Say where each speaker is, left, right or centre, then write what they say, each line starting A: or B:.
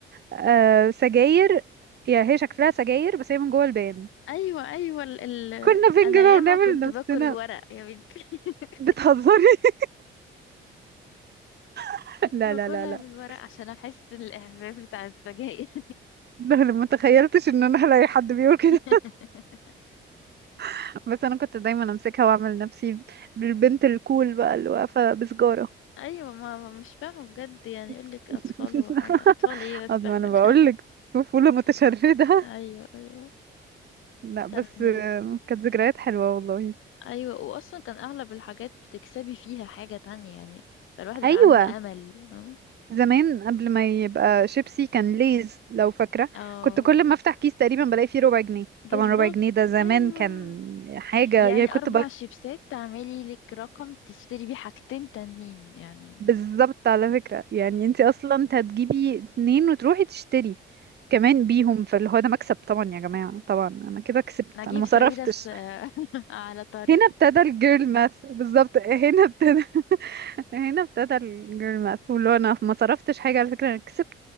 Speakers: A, on the right; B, on the left.
A: آه سجاير يعني هي شكلها سجاير بس هي من جوه البان
B: ايوه ايوه ال... ال...
A: كنا بنجيبها
B: انا ياما
A: ونعمل
B: كنت
A: نفسنا
B: باكل الورق يا بنتي <laughs>
A: بتهزري <laughs> لا
B: باكلها
A: لا لا لا
B: بالورق
A: <laughs>
B: عشان احس الاحساس بتاع السجاير
A: لا لا، ما تخيلتش ان انا هلاقي حد بيقول كده
B: <laughs>
A: <laughs> بس انا كنت دايما امسكها واعمل نفسي بالبنت الكول بقى اللي واقفة بسجارة
B: ايوه ما ما- مش فاهمه بجد يعني يقول لك
A: <laughs>
B: اطفال وحاجه اطفال ايه بس
A: أما
B: احنا
A: انا
B: <laughs>
A: بقول لك طفولة متشردة
B: ايوه
A: <laughs>
B: ايوه
A: لا بس
B: كان
A: آه، كانت ذكريات حلوة والله
B: ايوه واصلا كان اغلب الحاجات بتكسبي فيها حاجه تانية يعني فالواحد بقى
A: ايوه
B: عنده امل فاهمة؟
A: زمان قبل ما يبقى شيبسي كان ليز لو فاكرة
B: اه
A: كنت كل ما افتح كيس تقريبا بلاقي فيه ربع جنيه
B: بالظبط
A: طبعا ربع جنيه ده زمان
B: ايوه
A: كان حاجة
B: يعني
A: يعني كنت
B: أربع
A: بق...
B: شيبسات تعملي لك رقم تشتري بيه حاجتين تانيين يعني
A: بالظبط على فكرة يعني انت اصلا انت هتجيبي اتنين وتروحي تشتري كمان بيهم فاللي هو ده مكسب طبعا يا جماعة طبعا انا كده كسبت
B: نجيب
A: انا ما
B: ساويرس
A: صرفتش
B: آه، <laughs> على طريقه
A: هنا ابتدى الجيرل ماث بالظبط هنا ابتدى <laughs> هنا ابتدى الجيرل ماث واللي هو انا ما صرفتش حاجة على فكرة انا كسبت